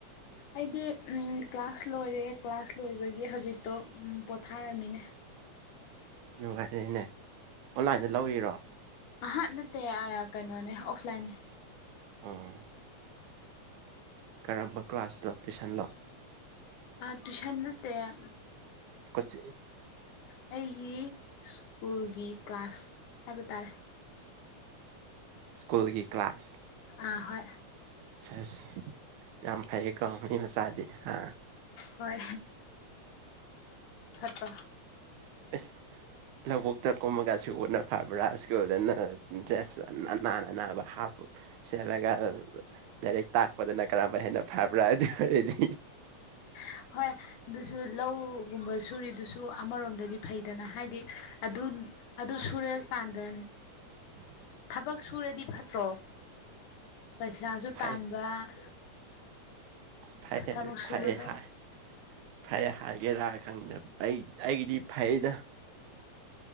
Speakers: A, on the left; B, on the right.
A: ꯑꯩꯗꯤ ꯀ꯭ꯂꯥꯁ ꯂꯣꯏꯔꯦ ꯀ꯭ꯂꯥꯁ ꯂꯣꯏꯕꯒꯤ ꯍꯧꯖꯤꯛꯇꯣ ꯄꯣꯊꯥꯔꯝꯃꯤꯅꯦ
B: ꯅꯨꯡꯉꯥꯏꯔꯦꯅꯦ ꯑꯣꯟꯂꯥꯏꯟꯗ ꯂꯧꯕꯤꯔꯣ
A: ꯍ ꯅꯠꯇꯦ ꯀꯩꯅꯣꯅꯦ ꯑꯣꯐꯂꯥꯏꯟ
B: ꯑ ꯀꯔꯝꯕ ꯀ꯭ꯂꯥꯁ ꯂꯣ ꯇꯨꯏꯁꯟꯂꯣ
A: ꯇ꯭ꯌꯨꯁꯟ ꯅꯇ ꯑ
B: ꯀꯣꯆꯤꯡ
A: ꯑꯩꯒꯤ ꯁ꯭ꯀꯨꯜꯒꯤ ꯀ꯭ꯂꯥꯁ ꯍꯥꯏꯕ ꯇꯥꯔꯦ
B: ꯁ꯭ꯀꯨꯜꯒꯤ ꯀ꯭ꯂꯥꯁ
A: ꯑꯥ ꯍꯣꯏ
B: ꯁꯁ ꯌꯥꯝ ꯐꯩꯌꯦꯀꯣ ꯃꯤ ꯃꯆꯥꯗꯤ ꯍꯥ
A: ꯍꯣꯏ ꯠꯇ
B: ꯑꯁ ꯂꯧꯕꯨꯛꯇ ꯀꯨꯝꯃꯒꯁꯨ ꯎꯅ ꯐꯕ꯭ꯔꯥ ꯁ꯭ꯀꯨꯜꯗꯅ ꯗ꯭ꯔꯦꯁ ꯅꯥꯟꯅ ꯅꯥꯕ ꯍꯥꯞꯄ ꯁꯦꯠꯂꯒ ꯂꯥꯏꯔꯛ ꯇꯥꯛꯄꯗꯅ ꯀꯔꯝꯕ ꯍꯦꯟꯅ ꯐꯕ꯭ꯔꯥ ꯑꯗꯨ ꯑꯣꯏꯔꯗꯤ
A: <unintelligible> ꯍꯣꯏ ꯑꯗꯨꯁꯨ ꯂꯧꯒꯨꯝꯕ ꯁꯨꯔꯤꯗꯨꯁꯨ ꯑꯃꯔꯣꯝꯗꯗꯤ ꯐꯩꯗꯅ ꯍꯥꯏꯗꯤ ꯑꯗꯨ ꯑꯗꯨ ꯁꯨꯔꯦꯑ ꯀꯥꯟꯗ
B: <unintelligible>
A: ꯊꯕꯛ ꯁꯨꯔꯗꯤ ꯐꯠꯇ꯭ꯔꯣ ꯄꯩꯁꯥꯁꯨ
B: ꯐꯩ
A: ꯇꯥꯟꯕ
B: ꯐꯔꯦ
A: ꯊꯕꯛ
B: ꯐ
A: ꯁꯨꯕꯗꯣ
B: ꯐꯔꯌꯦ ꯍꯥꯏ ꯐꯩ ꯍꯥꯏꯒꯦꯔꯥ ꯈꯪꯗ ꯑꯩ ꯑꯩꯒꯤꯗꯤ ꯐꯩꯩꯅ